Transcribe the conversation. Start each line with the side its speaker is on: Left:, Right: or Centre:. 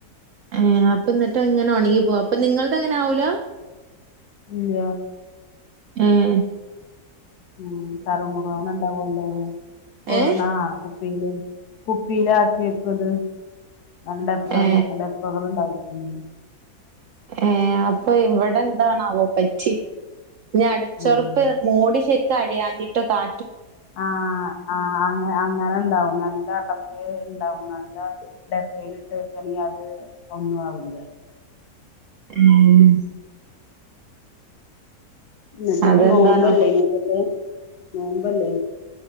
Right: ഏ അപ്പൊ എന്നിട്ട് എങ്ങനെ ഉണങ്ങി പോവാ അപ്പൊ നിങ്ങളത് എങ്ങനെ ആവൂല.
Left: ഇല
Right: ഉം
Left: ഉം കറുമുറ ന് ഉണ്ടാകുല്ലോ ത് പോ
Right: ഏ
Left: ന കുപ്പിയില കുപ്പിയില ആക്കി വെക്കും അത് നണ്ട്പ്പല
Right: ഏ
Left: നന്റെപ്പക ഉണ്ടാവില്ല ഉം
Right: ഏർ അപ്പൊ ഇവിടെ എന്താണാവോ പറ്റി ഞ അടച്ചുറുപ്പ്
Left: ഉം
Right: മോടി ശരിക്കും അടയാഞ്ഞിട്ടോ കാ
Left: ആഹ ആ് അ അങ്ങനെ ഉണ്ടാവും നല്ല അത് ഉണ്ടാവും നല്ല ഡപ്പിൽ ഇട്ട്ക്കണെങ്കിൽ അത് ഒന്നും ആവൂില്ല
Right: മ്മ്.......
Left: എന്നിട്ട്
Right: അതെന്താണാവോ
Left: ഇപ്പോ നോമ്പല്ലേ ഇങ്ങക്കൊക്കെ? നോമ്പല്ലേ?